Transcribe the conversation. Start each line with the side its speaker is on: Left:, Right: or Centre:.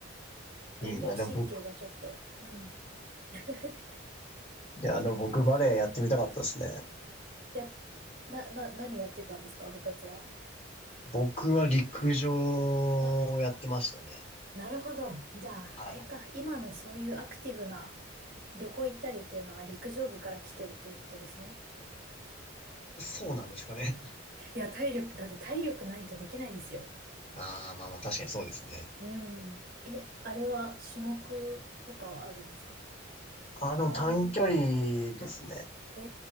Right: 運動神経がちょっと。
Left: いいな。でも僕、
Right: うん。<laughs>
Left: いや、
Right: え、
Left: でも僕バレエやってみたかったですね。
Right: や、な、な、何やってたんですか、部活は。
Left: 僕は陸上
Right: あ、
Left: をやってましたね。
Right: なるほど。じゃあ、
Left: はい。
Right: あれか。今のそういうアクティブな旅行行ったりっていうのは陸上部から来てるということですね。
Left: そうなんですかね。
Right: いや、体力、だって体力ないとできないですよ。
Left: <laughs> ああ、まあまあ確かにそうですね。
Right: うん。え、あれは種目とかはあるんですか
Left: あの、
Right: ハードル
Left: 短距離ですね。
Right: あ、へ